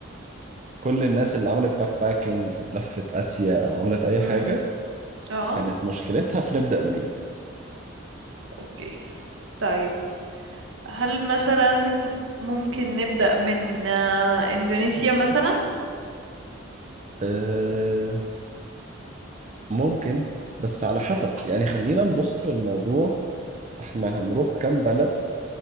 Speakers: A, on the right; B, on the right.
A: كل الناس اللي عملت باك باكينج او لفت اسيا او عملت اي حاجه
B: أمم. <laughs> اه
A: كانت مشكلتها في نبدا منين
B: اوكي طيب هل مثلا ممكن نبدأ من آه، إندونيسيا مثلا
A: آه، ممكن بس على حسب يعني خلينا نبص للموضوع احنا هنروح كام بلد